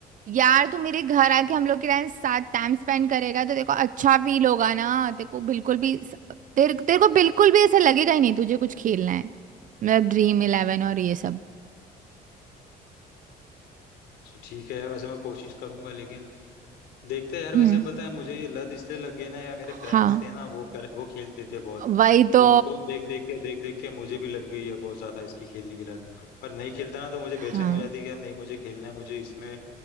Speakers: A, on the right; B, on the left.
A: यार तू मेरे घर आके हम लोग के टाइम साथ टाइम स्पेंड करेगा तो देखो अच्छा फील होगा ना तेरे को बिल्कुल भी तेरे तेरे को बिल्कुल भी ऐसा लगेगा ही नहीं तुझे कुछ खेलना है मतलब ड्रीम इलेवन और ये सब
B: अच्छा, ठीक है यार वैसे मैं कोशिश करूंगा लेकिन देखते हैं यार
A: हम्म
B: वैसे पता है मुझे ये लत इसलिए लग गई ना यार मेरे
A: हाँ
B: फ्रेंड्स थे ना वो कर, वो खेलते थे बहुत
A: वही तो
B: तो उनको देख देख के देख देख के मुझे भी लग गई है बहुत ज्यादा इसकी खेलने की लत और नहीं खेलता ना तो मुझे बेचैनी
A: हाँ
B: हो जाती कि यार नहीं मुझे खेलना है मुझे इसमें